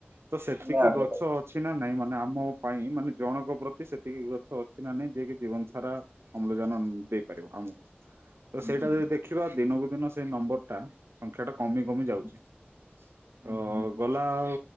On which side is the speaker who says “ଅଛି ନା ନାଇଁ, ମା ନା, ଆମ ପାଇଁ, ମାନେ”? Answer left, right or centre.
Right